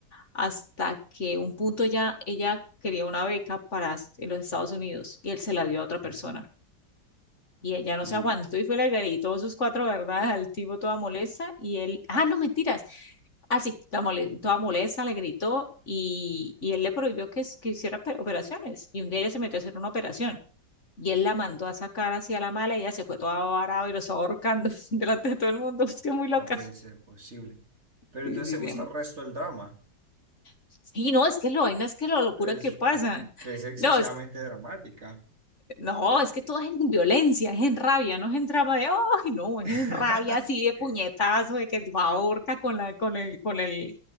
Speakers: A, on the left (about 45°); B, on the right (about 40°).
A: Hasta que un punto ya ella quería una beca para s- en los Estados Unidos y él se la dio a otra persona.
B: Ah,
A: Y ella no
B: y
A: se aguantó y fue y le gritó sus cuatro verdades al tipo toda molesta y él, ah, no mentiras. Así, toda mole- toda molesta, le gritó y, y él le prohibió que, que hiciera pe- operaciones. Y un día ella se metió a hacer una operación y él la mandó a sacar hacia la mala y ella se fue toda varada y lo estaba ahorcando <laughs> delante de todo el mundo. Es que es muy loca.
B: no puede ser posible. Pero
A: Sí,
B: entonces
A: sí,
B: te gusta
A: sí, muy-
B: el resto del drama.
A: sí, no, es que lo vaina es que la locura
B: Es
A: que pasa.
B: que es excesivamente
A: No, es
B: dramática.
A: No, es que todo es en violencia, es en rabia, no es en trama de, ay, no, es
B: <laughs>
A: en rabia así de puñetazo, de que va ahorca con la, con el, con el,